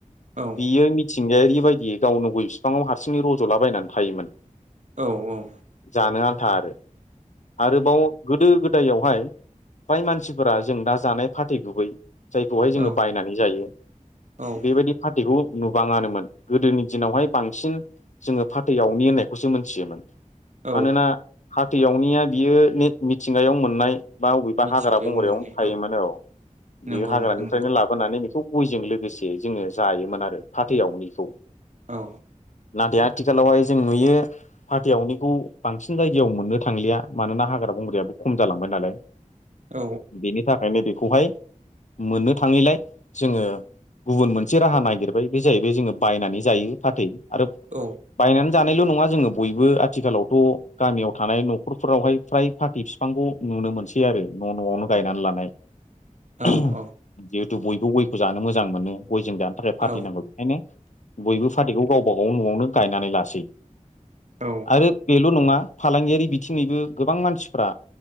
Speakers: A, on the right (about 60°); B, on the left (about 65°).
A: औ
B: बियो मिथिंगायारि बायदियै गावनो गय बिफाङाव हारसिंङै रज'लाबायनानै थायोमोन
A: औ औ
B: जानो आन्था आरो आरोबाव गोदो गोदायावहाय फ्राय मानसिफोरा जों दा जानाय फाथै गुबै जायखौहाय
A: औ
B: जोङो बायनानै जायो
A: औ
B: बेबायदि फाथैखौ नुबाङानोमोन गोदोनि दिनावहाय बांसिन जोङो फाथैआवनि होननायखौ मोनथियोमोन
A: औ
B: मानोना दैयावनिया बियो मिथिंगायाव मोननाय बा बबेबा
A: मिथिंगायाव
B: हाग्रा बंग्रायावनो
A: मोननाय
B: थायोमोन औ बेयो
A: नंगौ
B: हाग्रानिफ्रायनो
A: नोंथां नंगौ
B: लाबोनानै बेखौ गयजों लोगोसे जोङो जायोमोन आरो फाथैआवनिखौ
A: औ
B: जे आथिखालावहाय जों नुयो फाथैआवनिखौ बांसिन जायगायाव मोननो थांलिया मानोना हाग्रा बंग्रायाबो खम जालांबाय नालाय।
A: औ
B: बेनि थाखायनो बेखौहाय मोननो थाङैलाय जोङो गुबुन मोनसे राहा नागिरबाय बे जाहैबाय जोङो बायनानै जायो फाथै आरो
A: औ
B: बायनानै जानायल' नङा जोङो बयबो आथिखालावथ' गामियाव थानाय न'खरफोरावहाय फ्राय फाथै फिफांखौ नु नो मोनसै आरो न' न'आवनो गायनानै लानाय
A: औ
B: जिहेथु बयबो गयखौ जानो मोजां मोनो। गयजों जानो थाखाय फाथै
A: औ
B: नांगौ बेखायनो बयबो फाथैखौ गावबा गाव न'आवनो गायनानै लासै।
A: औ
B: आरो बेल' नङा फालांगियारि बिथिङैबो गोबां मानसिफ्रा